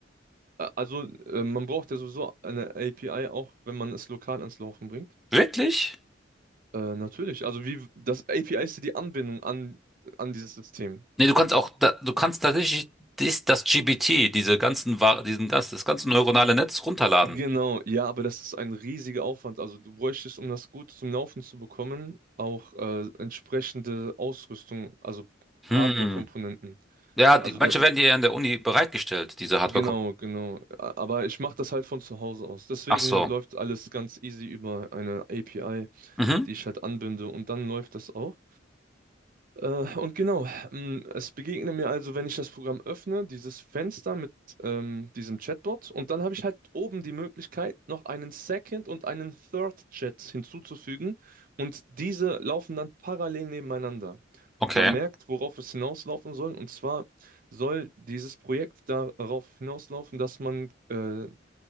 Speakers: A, on the right; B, in the centre.
A: Ä- Also, äh, man braucht ja sowieso eine API auch, wenn man es lokal ans Laufen bringt.
B: Wirklich?
A: Äh, natürlich. Also, wie das API ist ja die Anbindung an, an dieses System.
B: Nee, du kannst auch, da- du kannst tatsächlich dies, das GPT, diese ganzen, Wa- diesen, das, das ganze neuronale Netz runterladen.
A: Genau, ja, aber das ist ein riesiger Aufwand. Also du bräuchtest, um das gut zum Laufen zu bekommen, auch äh, entsprechende Ausrüstung, also
B: Hm.
A: Hardware-Komponenten.
B: Ja,
A: Also
B: die, manche
A: da,
B: werden dir ja in der Uni bereitgestellt, diese Hardware.
A: genau, genau. A- Aber ich mache das halt von zu Hause aus. Deswegen
B: Ach so.
A: läuft alles ganz easy über eine API,
B: Mhm.
A: die ich halt anbinde und dann läuft das auch. Äh, und genau, ähm, es begegnet mir also, wenn ich das Programm öffne, dieses Fenster mit ähm, diesem Chatbot und dann habe ich halt oben die Möglichkeit, noch einen Second und einen Third Chat hinzuzufügen und diese laufen dann parallel nebeneinander.
B: Okay.
A: Man merkt, worauf es hinauslaufen soll und zwar soll dieses Projekt darauf hinauslaufen, dass man äh,